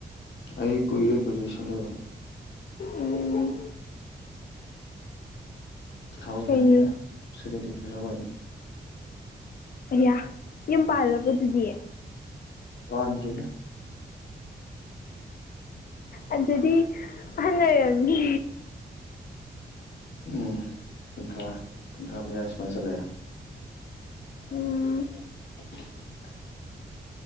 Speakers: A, on the left; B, on the left.
A: ꯑꯩ ꯀꯨꯏꯔꯦ ꯒ꯭ꯔꯦꯖꯨꯑꯦꯁꯟ ꯂꯣꯏꯕ
B: ꯎꯝ
A: ꯇꯨ ꯊꯥꯎꯖꯟ
B: ꯀꯩ
A: ꯁꯚꯦꯟꯇꯤꯟ ꯑꯗꯋꯥꯏꯗ
B: ꯑꯌꯥ ꯌꯨꯝ ꯄꯥꯜꯂꯕꯣ ꯗꯨꯗꯤ
A: ꯄꯥꯟꯗ꯭ꯔꯤꯗ
B: ꯑꯗꯨꯗꯤ ꯑꯍꯟ ꯑꯣꯏꯔꯝꯅꯤ
A: ꯎꯝ ꯀꯨꯟꯊ꯭ꯔꯥ ꯀꯨꯟꯊ꯭ꯔꯥ ꯃꯌꯥ ꯁꯨꯃꯥꯏ ꯆꯂꯦ
B: ꯎꯝ
A: <inaudible>